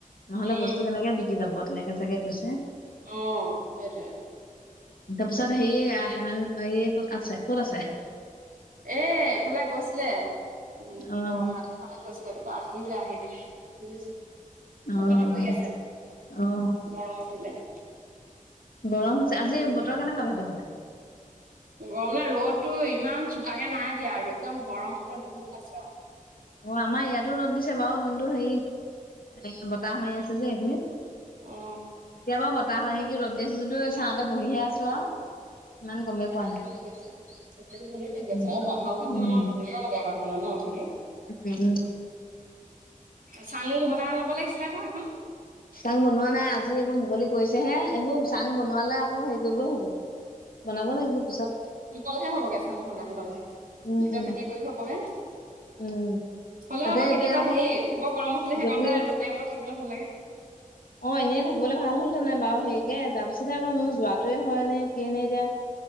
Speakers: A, on the left (about 85°); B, on the right (about 75°).
A: নহ'লে
B: উম
A: বস্তু কেনেকে বিকি যাব। তেনেকে চাগে কৈছে।
B: অ সেইটোৱে।
A: তাৰপিছত হেৰি হেমেন এই ক'ত আছে? ক'ত আছে?
B: এ এইফালে গৈছিলে উম
A: অ',
B: বৰহাট ফালে গৈছিলে। তাৰপৰা আহি-আহি পেলাই এনে শুই আছে।
A: অ',
B: পকাতে পৰি আছে
A: অ', অ',
B: গৰম উঠিলে।
A: গৰম হৈছে। আজি বতৰ কেনেকুৱা তহঁতৰ ফালে?
B: গৰম নে, ৰ'দতো ইমান চোকাকে নাই দিয়া আৰু একদম গৰম হ'লে বহুত পাইছো আৰু।
A: অ আমাৰ ইয়াতো ৰ'দ দিছে বাৰু। কিন্তু হেৰি এ বতাহ মাৰি আছে যে এইখিনিত।
B: অ।
A: <unintelligible> ৰ'দ দিছে যদিও চাওঁতে বহিহে আছো আৰু। ইমান
B: অ
A: গমেই
B: এতিয়াতো
A: পোৱা
B: ভালে
A: নাই।
B: লাগি আছে। এতিয়াতো ভালে লাগি
A: উম,
B: আছে। আৰু বাহৰ গুৰি
A: উম।
B: আমাৰ ধুনীয়া লাগে ন থাকে?
A: <unintelligible>
B: চাং বনাই ল'ব লাগিছিলে আকৌ এখন।
A: চাং বনোৱা নাই। আজি এইবোৰ মুকলি কৰিছেহে এইবোৰ চাং বনোৱালে আকৌ হেৰি কৰিবই হ'ব। বনাব লাগিব পিছত।
B: মুকল হ'বগে চাং বনাই ললে।
A: উম,
B: নিজৰ খেতি কৰি হ'বগে।
A: উম,
B: হ'লেও
A: তাতে
B: আকৌ
A: এতিয়া
B: কেতিয়াবা হেৰি, বৰ গৰম উঠিলে সেইকণতে
A: যদি
B: দুপৰীয়া টাইমত থাকিবলে ভাল লাগে।
A: অ, এনেই থাকিবলৈ ভাল হ'লহেতেন বাৰু হেৰিকে, তাৰপিছতে আকৌ মোৰ যোৱাটোৱে হয়নে কিয়ে নে এতিয়া?